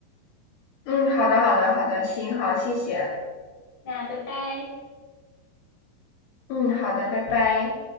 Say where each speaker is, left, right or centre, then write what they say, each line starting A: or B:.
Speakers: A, on the left; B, on the left.
A: 嗯，好的，好的，好的，行，好，谢谢。
B: 那拜拜。
A: 嗯，好的，拜拜。